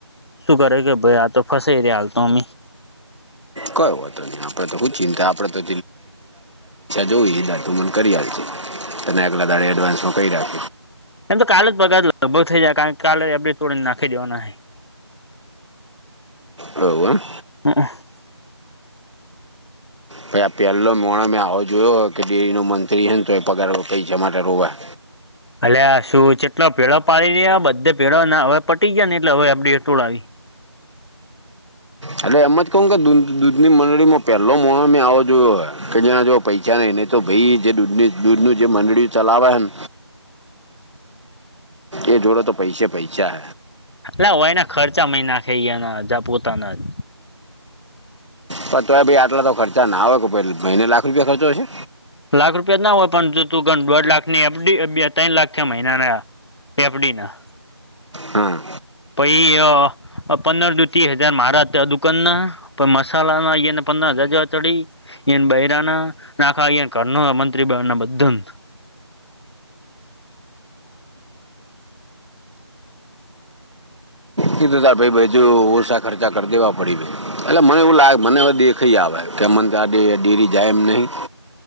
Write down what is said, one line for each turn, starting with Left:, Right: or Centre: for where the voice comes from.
Left: શું કરે કે ભાઈ આ તો ફસે રે હાલ તો અમ
Right: કયો હતો નહી આપડે તો <unintelligible> તને એટલા દાડ એડવાન્સનો કયા રક
Left: એમ તો કાલે જ પગાર જ લગભગ થઈ જાય કારણ કાલે એડે તોડીને નાખી દેવાના
Right: હ હ
Left: હ
Right: ભાઈ આ પહેલો મણા મેં આવો જોયો હોય કે ડેરીનો મંત્રી છે ને તો એ પગાર કં જ માટે રોવાય
Left: અલે આ શું જેટલો પેળો પાડી રહ્યા બધે પેળો હવે પટી ગયા ને એટલે હવે આપ હટુળ આવી
Right: એટલે એમ જ કહ કે દૂધ ની મંડળીમાં પેલો મો મે આવો જો કે જે જો પૈસાા નને તો ભાઈ જે દૂધ દૂધ ન જે મંડળી ચલાવેને એ જોડે તો પૈસે પૈસા
Left: એ હો એના ખર્ચા <unintelligible> પોતાના જ
Right: પ તોય ભાઈ આટલા તો ખર્ચા ના હોય કે પ મહિને લાખ રૂપિયા ખર્ચો હશે
Left: લાખ રૂપિયા જ ના હોય પણ જો તું ઘ દોઢ લાખ ની અ બે ત્રણ લાખ છે મહિના ના પેપડીના
Right: હમ્મ
Left: પછી પંદર દ ત્રીસ હજાર માાર હતા દુકાનના મસાાલા ના્યને પ દજતોડી એ ભૈરાના નાકાન કર્ણ મંત્રી બળના બધન
Right: કીધું ત ભાઈજ ઓછા ખર્ચા કરી દેવા પડી દે એટલે મને એવું લાગે મને દે રાખી આ આવે કે મન ગ આડીે ડેરી જાયમ નહીં